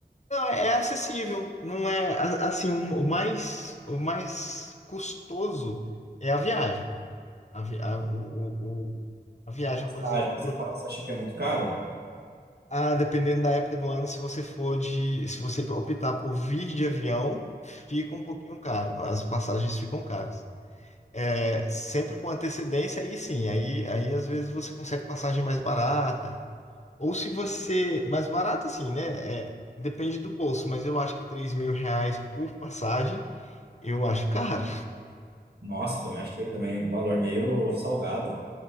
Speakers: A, on the left; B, on the right.
A: não, é é acessível. Não é a- assim, o o mais, o mais custoso é a viagem. A, vi- a, o, o- o- a viagem,
B: Passagens,
A: por exemplo, pra-
B: você acha que é muito caro?
A: ah, dependendo da época do ano, se você for de, se você optar por vir de avião, fica um pouquinho caro. As passagens ficam caras. É, sempre com antecedência, aí sim, aí, aí às vezes você consegue passagem mais barata. Ou se você. Mais barata, sim, né? É, depende do bolso, mas eu acho que três mil reais por passagem, eu acho caro.
B: Nossa, também achei também, valor meio salgado.